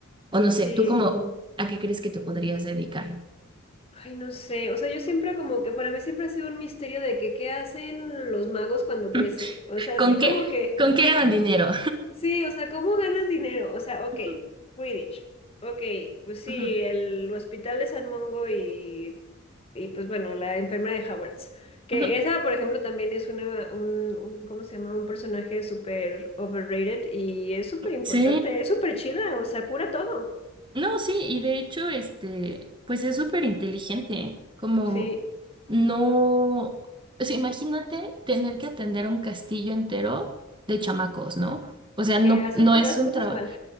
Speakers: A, on the right; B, on the left.
A: O no sé,
B: Sí,
A: ¿tú como a qué crees que te podrías dedicar?
B: ay, no sé, o sea, yo siempre como que para mí siempre ha sido un misterio de que qué hacen los magos cuando
A: <laughs>
B: crecen, o sea,
A: ¿Con
B: así como
A: qué,
B: que...
A: con qué ganan dinero?
B: Sí, o sea, ¿cómo ganas dinero? O
A: <laughs>
B: sea, ok,
A: Ujú,
B: Quidditch. Ok, pues sí,
A: ujú,
B: el hospital de San Mongo y, y pues bueno, la enfermera de Hogwarts. Que
A: ujú.
B: esa, por ejemplo, también es una, un, un- ¿cómo se llama? Un personaje súper overrated y es súper importante,
A: Sí.
B: es súper chida, o sea, cura todo.
A: No, sí, y de hecho, este, pues es súper inteligente, como
B: Sí,
A: no, o sea, imagínate tener que atender un castillo entero de chamacos, ¿no? O sea, no,
B: que hacen
A: no
B: puras
A: es un
B: cosas
A: trabajo,
B: mal,